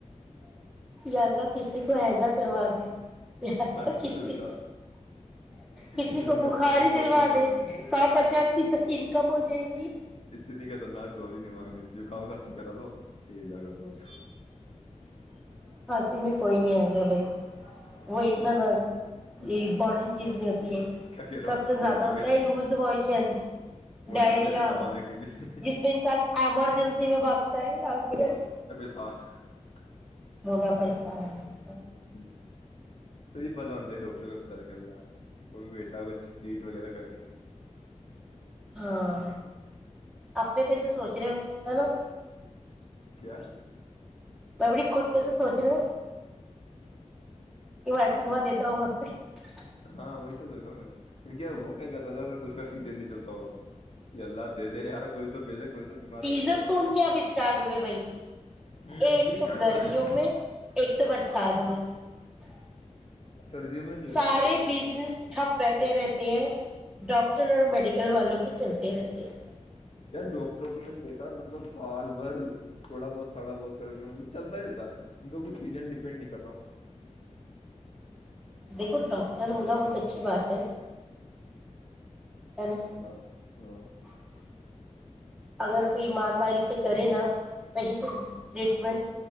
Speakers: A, in the centre; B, on the left.
A: یا اللہ کسی کو ہیضا کروا دے <unintelligible>
B: استغفر
A: کسی
B: اللہ
A: کسی
B: اتنی
A: کو
B: خطرناک
A: بخاری
B: دعا
A: دلوا
B: بھی نہیں مانگنی
A: دے
B: تھی
A: سو پچاس کی تو انکم ہو جائیں گی <unintelligible>
B: تنی کےتناب بای <unintelligible> مگنی جو کام خسیی کرا دو یہ جا کر رہ <unintelligible>
A: اس میں کوئی نہیں آئے گا بائی <unintelligible> وہ اتنا
B: کیا
A: یہ بڈ <unintelligible> <unintelligible> جیزنی <unintelligible> <unintelligible>
B: کیا کہہ رہا
A: سب
B: ہو
A: سے زیادہ
B: موٹا
A: ہوتا
B: پیسہ
A: ہے لوز موشن
B: موٹا
A: ڈائریا
B: پیسہ کمانے کے لیے
A: جس میں انسان <unintelligible> <unintelligible> ایمرجنسی میں باگتا ہے ہاسپٹل <inaudible> <unintelligible>
B: سار <inaudible> <unintelligible>
A: موٹا پیسہ ہے <inaudible> <unintelligible>
B: جی <inaudible> <unintelligible> صحی بھلا ہونا چاہیے ڈاکٹر کا بچارے کا بھی یہار وہ بھی بیٹا کچھ نیٹ وغیرہ کر کے <unintelligible>
A: ہاں آنے پیسے سوچ رہے ہو ہے نا <unintelligible>
B: کیا <unintelligible>
A: میں بڑی خود پہ سے سوچ رہی ہوں کہ میں ایسیے دعا دیتا ہوں گ سے <unintelligible>
B: ہاں وہی تو س رہا کیا وہ کیا کہتا اس کا سیزن نہیں چلتا ہوگ تو یہ اللہ دے دے یار کوئی تو بھی دے کوئی تو <unintelligible>
A: سیزن
B: کرتا ہے
A: تو ان کے آپ اسٹارٹ ہوئے بھائی
B: ہ
A: ایک
B: ابھی اسٹارٹ
A: تو گرمیوں
B: ہوا ہے
A: میں ایک تو برسات میں <unintelligible>
B: سردیوں میں نہیں ہوتا
A: سارے
B: نا سیزن
A: بزنس
B: یار
A: ٹھپ <unintelligible> بیٹھے رہتے ہیں ڈاکٹر اور میڈیکل والوں کے چلتے رہتے ہیں <inaudible>
B: ار ڈاکٹروں کو میں دیکھا مطلب سال بھر تھوڑا بہت تھوڑا بہت کر کے مطلب چلتا ہی رہتا ہے کی ا سیزن ڈپینڈ نہیں کرتا <unintelligible>
A: دیکھوتا <unintelligible> ہونا بہت اچھی بات ہے نا
B: ہاں ہاں
A: <inaudible> اگر کوئی ایمانداری سے <unintelligible> کرے نا صحیح صحی <inaudible> ٹریٹمنٹ